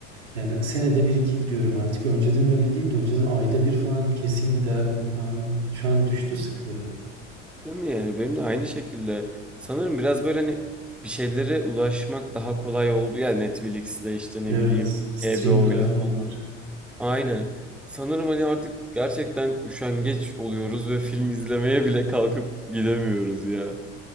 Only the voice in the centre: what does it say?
Değil mi yani benim de aynı şekilde sanırım biraz böyle hani bir şeylere ulaşmak daha kolay oldu ya Netflix'le işte ne
bileyim
HBO'yla
falan. Aynen. Sanırım hani artık gerçekten üşengeç oluyoruz ve film izlemeye bile kalkıp gidemiyoruz ya.